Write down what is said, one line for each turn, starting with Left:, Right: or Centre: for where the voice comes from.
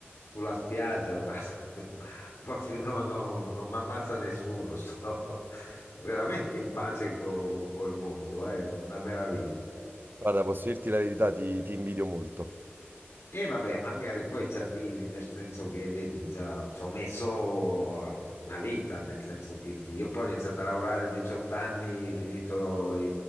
Left: sulla spiaggia, ma <laughs> proprio no, no, non mi ammazza nessuno. <laughs> Sto veramente in pace co- col mondo, eh, è una meraviglia.
Right: Guarda, posso dirti la verità, ti, ti invidio molto.
Left: E vabbè, ma magari poi ci arrivi, nel senso che, vedi, ci ho ci ho messo una vita, nel senso che che io poi ho iniziato a lavorare a 18 anni, finito i-